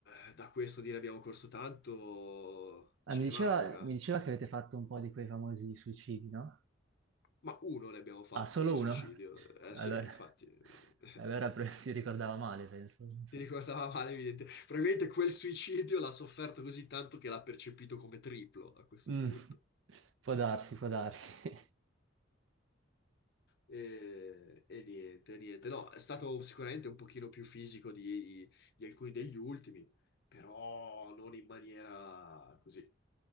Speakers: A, on the left; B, on the right.
A: eh, da questo dire abbiamo corso tanto
B: Ah,
A: ce
B: mi
A: ne
B: diceva,
A: manca.
B: mi diceva che avete fatto un po' di quei famosi suicidi, no?
A: Ma uno ne abbiamo fatto
B: Ah, solo
A: di suicidio.
B: uno?
A: Eh
B: Allora,
A: sì, infatti, eh,
B: allora pre-
A: <laughs>
B: si ricordava male, penso. non so.
A: ti ricordava male, evidente. Probabilmente quel suicidio l'ha sofferto così tanto che l'ha percepito come triplo a questo
B: Mm,
A: punto.
B: può darsi, può darsi. <laughs>
A: E, e niente, niente. No, è stato sicuramente un pochino più fisico di, di alcuni degli ultimi, però non in maniera così.